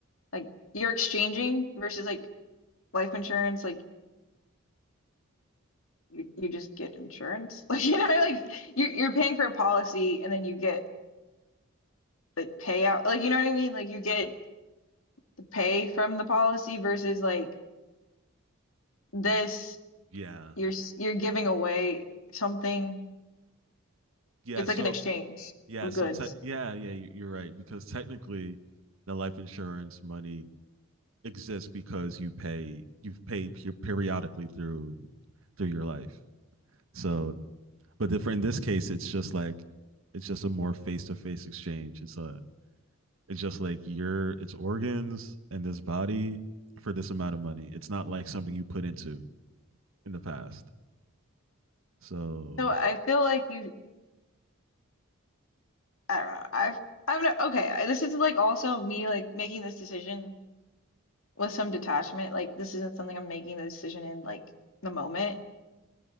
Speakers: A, on the left; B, on the right.
A: Like you're exchanging versus like life insurance, like you, you just get insurance. <laughs> Like you know, like you're you're paying for a policy and then you get the payout. Like you know what I mean? Like you get the pay from the policy versus like this,
B: Mm, Yeah,
A: you're s- you're giving away something.
B: yeah.
A: It's
B: So
A: like an exchange
B: yeah,
A: of
B: so
A: goods.
B: te- yeah, yeah. you- You're right because technically, the life insurance money exists because you pay you've paid periodically through through your life. So, but the, for in this case, it's just like it's just a more face to face exchange. It's a it's just like your it's organs and this body for this amount of money. It's not like something you put into in the past. So
A: So I feel like you, I don't know. I I'm not, okay. I- This is like also me like making this decision with some detachment. Like this isn't something I'm making the decision in like the moment.